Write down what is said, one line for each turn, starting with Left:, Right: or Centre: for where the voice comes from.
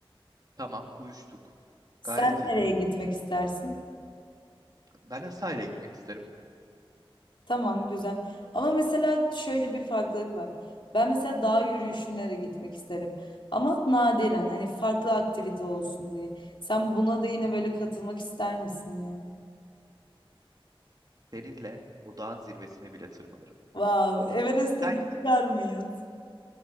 Right: Tamam, uyuştuk.
Left: Sen
Right: Gayet iyi.
Left: nereye gitmek istersin?
Right: Ben de sahile gitmek isterim.
Left: Tamam güzel. Ama mesela şöyle bir farklılık var. Ben mesela dağ yürüyüşüne de gitmek isterim. Ama nadiren hani farklı aktivite olsun diye. Sen buna da yine böyle katılmak ister misin yani?
Right: Seninle o dağın zirvesine bile tırmanırım.
Left: Wow, Everest'e
Right: Sen
Left: de çıkar mıyız?